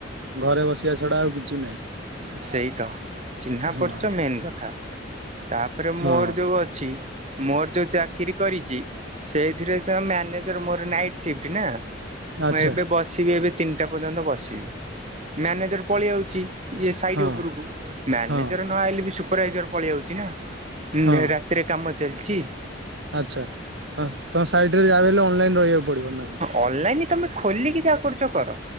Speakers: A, on the right (about 65°); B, on the right (about 35°).
A: ଘରେ ବସିବା ଛଡା ଆଉ କିଛି ନାହିଁ।
B: ସେଇ ତ। ଚିହ୍ନା
A: ହଁ
B: ପରିଛ ମେନ୍ କଥା ତାପରେ
A: ହଁ
B: ମୋର ଯୋଉ ଅଛି ମୋର ଯୋଉ ଚାର ଚାକିରି କରିଚି ସେଇଥିରେ ମ୍ୟାନେଜର ମୋର ନାଇଟ ସିଫ୍ଟ ନା।
A: ଆଚ୍ଛା
B: ମୁଁ ଏବେ ବସିବି ଏବେ ତିନିଟା ପର୍ଯ୍ୟନ୍ତ ବସିବି ମ୍ୟାନେଜର ପଳେଇ ଆଉଛି। ଇଏ ସାଇଡ
A: ହଁ
B: ଉପରକୁ ମ୍ୟାନେଜର
A: ହଁ
B: ନ ଆଇଲେ ବି ସୁପରଭାଇଜର ପଳେଇ ଆଉଛି ନା।
A: ହଁ
B: ରାତିରେ କାମ ଚାଲଛି।
A: ଆଚ୍ଛା ତମ ସାଇଟରେ ଯାହାବି ହେଲେ ଅନଲାଇନ ରହିବାକୁ ପଡିବ ନା କଣ?
B: ଅନଲାଇନ ତମେ ଖୋଲିକି ଯାହା କରୁଛ କର।